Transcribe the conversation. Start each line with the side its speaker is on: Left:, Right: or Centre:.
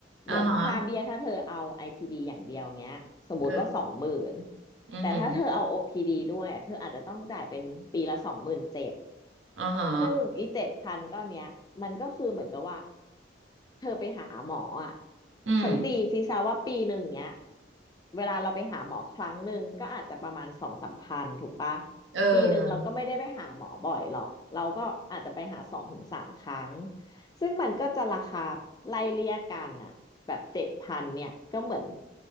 Left: เหมือนค่าเบี้ยถ้าเธอเอา
Right: อ่าฮะ
Left: IPD อพีดีอย่างเดียวเงี้ยสมมติว่าสองหมื่น
Right: เออ อือหือ
Left: แต่ถ้าเธอเอา OPD ดด้วยอะเธออาจจะต้องจ่ายเป็นปีละสองหมื่นเจ็ด
Right: อ๋อฮะ
Left: ซึ่งอีเจ็ดพันก้อนเนี้ยมันก็คือเหมือนกับว่า เธอไปหาหมออ่ะ
Right: อืม
Left: ฉันตีซีซาว่าปีหนึ่งเนี้ยเวลาเราไปหาหมอครั้งหนึ่งก็อาจจะประมาณสองสามพันถูกปะ
Right: เออ
Left: ปีหนึ่งเราก็ไม่ได้ไปหาหมอบ่อยหรอกเราก็อาจจะไปหาสองถึงสามครั้งซึ่งมันก็จะราคาไล่เลี่ยกันอ่ะแบบเจ็ดพันเนี่ยก็เหมือน